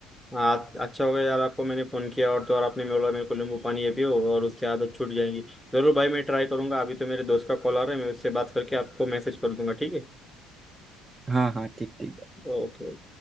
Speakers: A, in the centre; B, on the right (about 25°).
A: हाँ अच्छा हो गया यार आपको मैंने फ़ोन किया और तो और आपने बोला मेरे को नींबू पानी ये पियो और उससे आदत छूट जाएगी ज़रूर भाई मैं ट्राई करूंगा अभी तो मेरे दोस्त का कॉल आ रहा है मैं उससे बात करके आपको मैसेज कर दूंगा ठीक है
B: हाँ हाँ ठीक ठीक
A: ओके